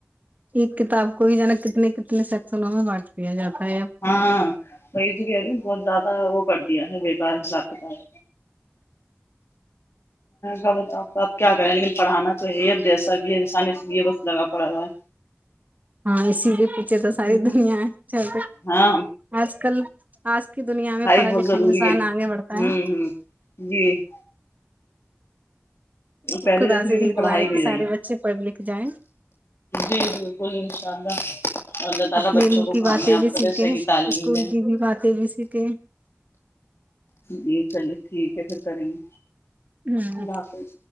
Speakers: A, on the right; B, on the left.
A: ایک کتاب کو ہی ج نا کتنے کتنے سیکسنوں میں بانٹ دیا جاتا ہے اب
B: ہاں وہی ج گی بہت زیادہ <unintelligible> وہ کردیا کا حساب کتاب ب آپ کیا کریں لیکن پڑھانا توی اب جیسا سب <unintelligible> پانی لیے بس لگا پڑا ہے
A: ہاں اسی کے پیچھے تو
B: ہے
A: ساری دنیا چل
B: ہاں
A: آج کل آج کی دنیا میں پڑھائی
B: بہت
A: لکھائیسان
B: ضروری ہے
A: آگے بڑھتا
B: ہوں
A: ہے
B: ہوں جی پہلے
A: خدا
B: جیسے
A: سے
B: لیکن
A: یہی
B: پڑھائی
A: دعا ہے
B: نہیں
A: کہ سارے
B: رہی
A: بچے پڑھ لکھ جائیں
B: جی بالکل شاء اللہ اللہ تعالی
A: اپنے
B: بچوں
A: علم
B: کو
A: کی
B: کامیاب
A: باتیں بھی
B: کرے
A: سیکھیں
B: صحیح تعلیم
A: اسکول
B: دیں
A: کی بھی باتیں بھی سیکھیں
B: جی چلیے ٹھیک ہے پھر کریں گے
A: سیکھیں
B: اللہ حافظ